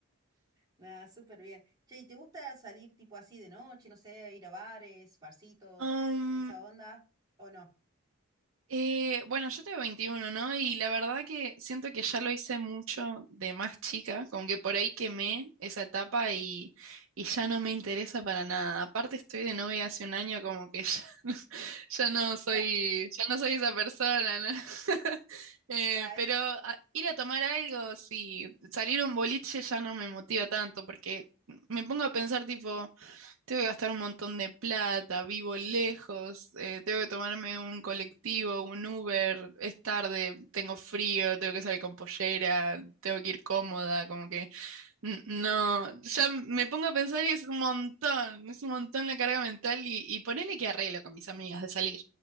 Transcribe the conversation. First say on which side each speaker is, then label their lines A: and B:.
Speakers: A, on the right; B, on the right.
A: Nada, súper bien. Che, ¿y te gusta salir tipo así de noche, no sé, ir a bares, barcitos,
B: Am,
A: esa onda? ¿O no?
B: Eh, bueno, yo tengo 21, ¿no? Y la verdad que siento que ya lo hice mucho de más chica, como que por ahí quemé esa etapa y, y ya no me interesa para nada. Aparte estoy de novia hace un año, como que ya <laughs> no, ya no
A: <laughs>
B: soy,
A: Ya,
B: ya no soy esa persona, ¿no? <laughs> Eh,
A: ta,
B: pero
A: es...
B: a- ir a tomar algo, sí, salir a un boliche ya no me motiva tanto, porque me pongo a pensar tipo... Tengo que gastar un montón de plata, vivo lejos, eh, tengo que tomarme un colectivo, un Uber, es tarde, tengo frío, tengo que salir con pollera, tengo que ir cómoda, como que n- no, ya me pongo a pensar y es un montón, es un montón la carga mental y, y ponele que arreglo con mis amigas de salir.